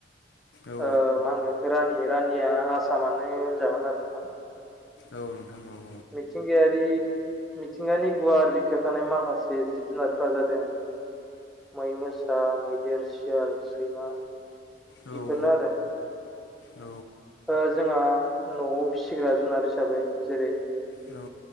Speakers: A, on the left; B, in the centre.
A: औ।
B: ओ मा होनगोन बेखौ रानि रानिया आसामानो होनजागोन आरो नोंथां।
A: औ नोंथां औ।
B: मिथिंगायारि मिथिंगानि गुवार बिखायाव थानाय माखासे जिब जुनारफ्रा जादों। मै, मोसा, मैदेर, सियाल, सैमा
A: औ
B: बेफोरनो
A: औ
B: आरो
A: औ
B: ओ जोंहा न'आव फिसिग्रा जुनार हिसाबै जेरै
A: नोंथां